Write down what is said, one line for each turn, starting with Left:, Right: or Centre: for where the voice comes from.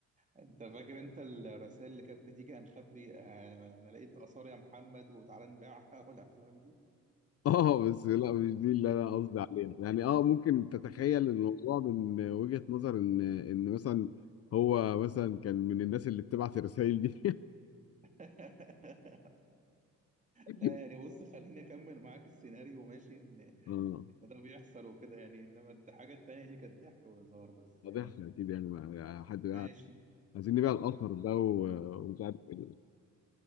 Right: انت فاكر انت الرسائل اللي كانت بتيجي هنخبي آه، انا لقيت آثار يا محمد وتعالى نبيعها <laughs> والأفلام دي
Left: <laughs> اه بس لا مش دي اللي انا قصدي عليها يعني اه ممكن تتخيل الموضوع من وجهة نظر ان ان مثلا هو مثلا كان من الناس اللي بتبعت الرسائل دي
Right: <laughs>
Left: <laughs>
Right: لا يعني بص خليني أكمل معاك السيناريو ماشي إن
Left: اه
Right: إن ده بيحصل وكده يعني إنما الحاجة التانية دي كانت ضحك وهزار بس
Left: واضح
Right: يعني
Left: لك اكيد يعني ما- حد بقى
Right: ماشي
Left: عايزين نبيع الاثر ده و- ومش عارف ايه